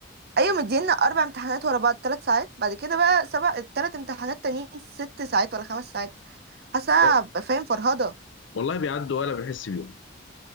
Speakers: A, on the right; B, on the left.
A: ايوه مدينا اربع امتحانات ورا بعض ثلاث ساعات بعد كده بقى سبع التلات امتحانات تانيين ست ساعات ولا خمس ساعات حاسه
B: و-
A: هبقى فاهم فرهضه
B: والله بيعدوا ولا بحس بيهم